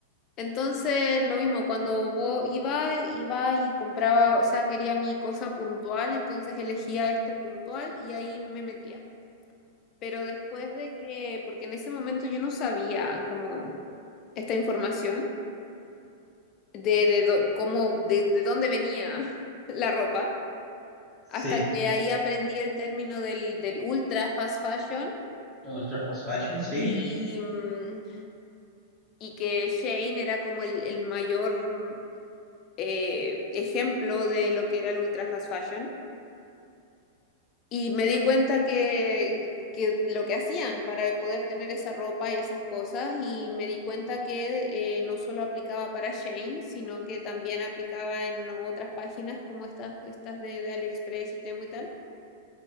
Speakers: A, on the left (about 40°); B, in the centre.
A: Entonces, lo mismo, cuando vo- iba, iba y compraba, o sea, quería mi cosa puntual, entonces elegía este puntual y ahí me metía. Pero después de que, porque en ese momento yo no sabía como esta información de, de dó- cómo, de, de dónde venía <laughs> la ropa, hasta
B: Sí,
A: que ahí aprendí el término del, del ultra fast fashion
B: ultra fast fashion, sí.
A: y, mm, y que Shane era como el el mayor eh, ejemplo de lo que era el ultra fast fashion y me di cuenta que, que lo que hacían para poder tener esa ropa y esas cosas y me di cuenta que eh, no solo aplicaba para Shane, sino que también aplicaba en otras páginas como estas, estas de, de AliExpress y Temu y tal.